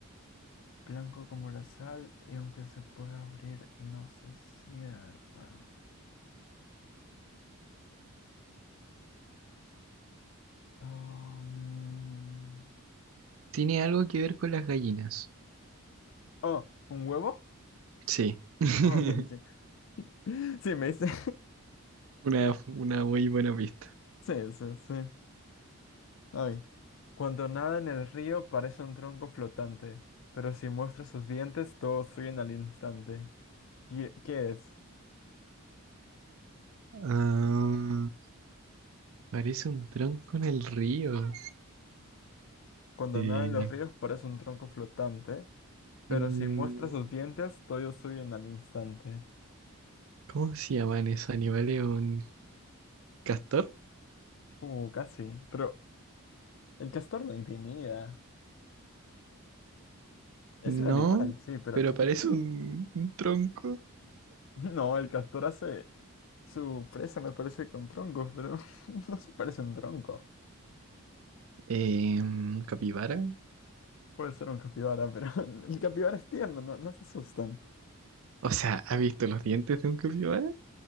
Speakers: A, on the left (about 60°); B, on the right (about 65°).
A: Blanco como la sal y aunque se pueda abrir, no se cierra. Oh, mm.
B: Tiene algo que ver con las gallinas.
A: Oh, ¿un huevo?
B: Sí. <laughs>
A: Oh, Ok, sí. <laughs> Sí, me dice. <laughs>
B: Una, una muy buena pista.
A: Sí, sí, sí. Ay. Cuando nada en el río parece un tronco flotante, pero si muestra sus dientes todos huyen al instante. ¿Qué, qué es?
B: Ah, parece un tronco en el río.
A: Cuando
B: Eh,
A: nada en los ríos parece un tronco flotante, pero
B: un-
A: si muestra sus dientes todos huyen al instante.
B: ¿cómo se llaman esos animales? ¿Un castor?
A: Uh, casi. Pero el castor no intimida. Es
B: No,
A: un animal, sí, pero
B: pero
A: tiene...
B: parece
A: <laughs>
B: un, un tronco.
A: No, el castor hace su presa, me parece, con troncos, pero <laughs> no se parece a un tronco.
B: Eh, ¿un capibara?
A: Puede ser un capibara, pero <laughs> el capibara es tierno, no, no se asustan.
B: O sea, ¿has visto los dientes de un capibara?